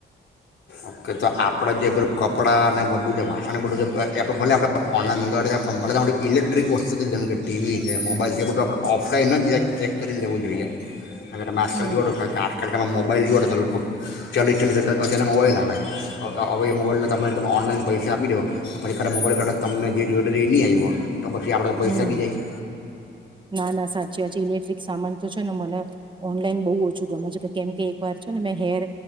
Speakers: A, on the left; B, on the right.
A: ઓકે તો આપણે જે બધુ કપડાંને બધું જે વાસણને બધું છે એ આપણે ભલે ઓનલાઈન મંગાવી દે પણ બને તયા શુંથી ઇલેક્ટ્રિક વસ્તુ જેમ કે ટીવી છે મોબાઈલ છે એ બધું આપણે ઓફલાઈન જ ચેક કરીને લેવું જોઈએ. અને તમે આજકાલ
B: હમ
A: જોવો તો કા એમાં મોબાઈલ જોવો તો લગભગ ચાલીસ ચાલીસ હજારના મોબાઈલ આવે હવે એ મોબાઈલને તને ઓનલાઈન પૈસા આપી દો પછી કાઠા મોબાઈલ કાઠી તમને જે જોઈ તો એ ની આવ્યો તો પછી આપણે પૈસા
B: હમ
A: બી જાય
B: ના ના સાચે હજી ઇલેક્ટ્રિક સામાન તો છે ને મને ઓનલાઈન બહુ ઓછુ ગમે છે કે કેમ કે એક વાર છે ને મેં હેર